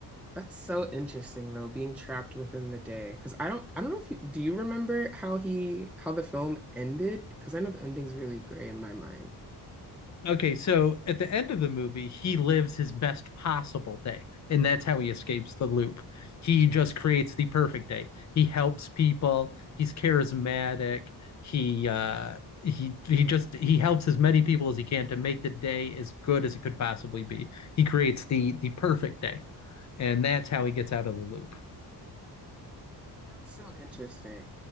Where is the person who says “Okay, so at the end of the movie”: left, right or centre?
Left